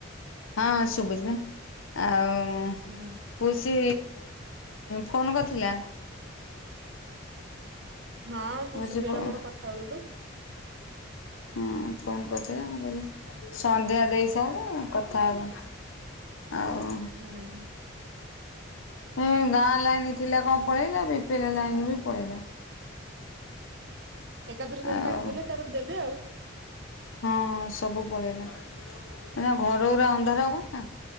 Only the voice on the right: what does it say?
ହୁଁ।
ହଁ
ପୁସି ଦେଇର ମୋର କଥା ହୋଉଥୁଲୁ।
ହୁଁ।
ଏକାଥରେ ସବୁ
କାଟିଦେଲେ ତାପରେ ଦେବେ ଆଉ।